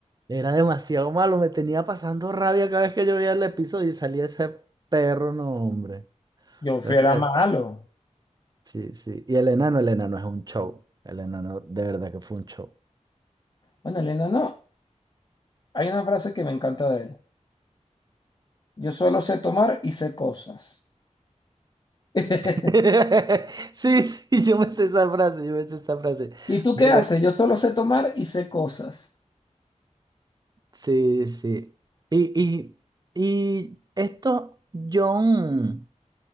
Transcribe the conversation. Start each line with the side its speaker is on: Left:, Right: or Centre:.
Right: Era demasiado malo, me tenía pasando rabia cada vez que yo veía el episodio y salía ese perro, no, hombre.
Left: Joffrey
Right: Gracias.
Left: era malo.
Right: Sí, sí. Y el enano, el enano es un show. El enano, de verdad que fue un show.
Left: Bueno, Elena, no. Hay una frase que me encanta de él. Yo solo sé tomar y sé cosas. <laughs>
Right: <laughs> Sí, sí, yo me sé esa frase, yo me sé esa frase.
Left: ¿Y tú
Right: De-
Left: qué haces? Yo solo sé tomar y sé cosas.
Right: sí, sí. Y, y, y esto, John.